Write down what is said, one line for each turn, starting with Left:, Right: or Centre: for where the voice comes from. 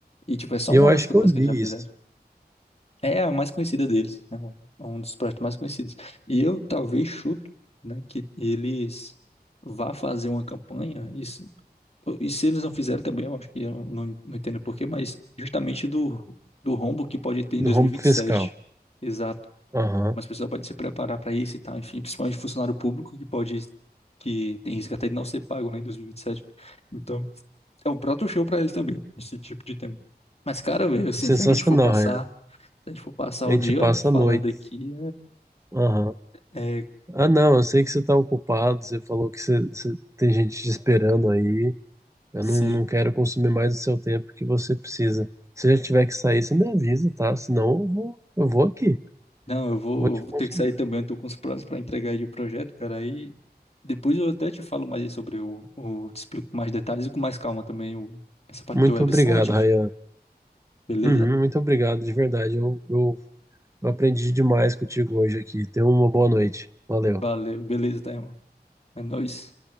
Left: E, tipo, é só
Right: Eu
Left: uma
Right: acho
Left: das campanhas
Right: que eu li
Left: que eles já fizeram.
Right: isso,
Left: É a mais conhecida deles, é um é um dos projetos mais conhecidos. E eu talvez chuto, né, que eles vá fazer uma campanha, e se, e se eles não fizeram também, eu acho que eu não, não entendo porquê, mas justamente do, do rombo que pode ter
Right: do
Left: em 2027.
Right: rombo fiscal.
Left: Exato.
Right: Aham.
Left: Mas a pessoa pode se preparar para isso e tal, enfim, principalmente funcionário público que pode, que tem risco até de não ser pago, né, em 2027. Então, é o próprio show para eles também, esse tipo de tema. Mas, cara, velho, assim,
Right: Sensacional,
Left: se a gente for passar
Right: Rayan.
Left: se a gente for passar
Right: A
Left: o
Right: gente
Left: dia
Right: passa
Left: falando
Right: a noite.
Left: aqui,
Right: Aham.
Left: é, é,
Right: Ah, não, eu sei que você tá ocupado, você falou que você, você- tem gente te esperando aí. Eu
Left: sim.
Right: não, não quero consumir mais o seu tempo que você precisa. Se já tiver que sair, você me avisa, tá? Senão eu vou, eu vou aqui,
Left: Não, eu vou,
Right: vou te
Left: eu vou
Right: consumindo.
Left: ter que sair também, eu tô com os prazos para entregar aí de projeto, cara. Aí depois eu até te falo mais aí sobre o, o, te explico com mais detalhes e com mais calma também o, essa parte
Right: Muito
Left: do teu website,
Right: obrigado,
Left: enfim.
Right: Rayan.
Left: Beleza?
Right: Uhum, muito obrigado, de verdade. Eu, eu aprendi demais contigo hoje aqui. Tenha uma boa noite. Valeu.
Left: Valeu, beleza, tá, irmão? É nóis.